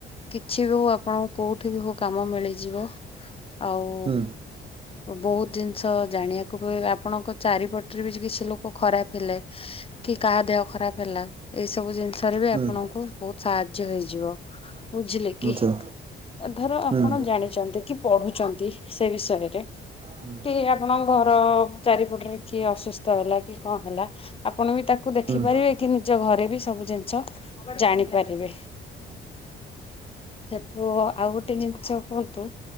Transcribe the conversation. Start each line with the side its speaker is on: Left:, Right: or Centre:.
Left: କିଛି ବି ହଉ ଆପଣ କୋଉଠି ବି ହଉ କାମ ମିଳିଯିବ ଆଉ
Right: ହୁଁ ହୁଁ ହୁଁ
Left: ବହୁତ ଜିନିଷ ଜାଣିବାକୁ ହୁଏ ଆପଣଙ୍କ ଚାରିପଟରେ ବି କିଛି ଲୋକ ଖରାପ ହେଲେ କି କାହା ଦେହ ଖରାପ ହେଲା। ଏଇ ସବୁ ଜିନିଷରେ ବି ଆପଣଙ୍କୁ
Right: ହୁଁ
Left: ବହୁତ ସାହାଯ୍ୟ ହେଇଯିବ ବୁଝିଲେ କି?
Right: ଆଚ୍ଛା
Left: ଧର ଆପଣ
Right: ହୁଁ
Left: ଜାଣିଛନ୍ତି କି ପଢୁଛନ୍ତି ସେ ବିଷୟରେ
Right: ହୁଁ
Left: କି ଆପଣଙ୍କ ଘର ଚାରି ଫଟରେ କିଏ ଅସୁସ୍ଥ ହେଲା କି କଣ ହେଲା ଆପଣ ବି ତାକୁ କୁ ଦେଖିପାରିବେ
Right: ହୁଁ
Left: କି ନିଜ ଘରେ ବି ସବୁ ଜିନିଷ ଜାଣିପାରିବେ। ସେଠୁ ଆଉ ଗୋଟେ ଜିନିଷ କୁହନ୍ତୁ